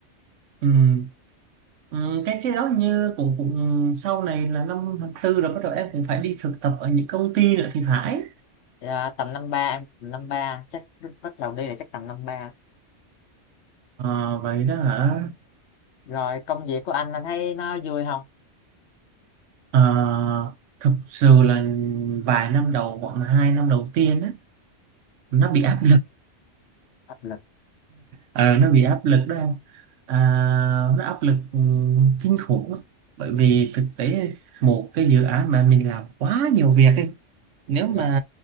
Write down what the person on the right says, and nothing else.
ừm, ừm, cái cái đó như cũng cũng sau này là năm tháng tư rồi bắt đầu em cũng phải đi thực tập ở những công ty nữa thì phải
Ờ, vậy đó hả
Ờ, thực sự là vài năm đầu khoảng hai năm đầu tiên á nó bị áp
Ờ, nó bị áp lực đó anh à, nó áp lực ừ, kinh khủng lắm. bởi vì thực tế một cái dự án mà mình làm quá nhiều việc ấy nếu mà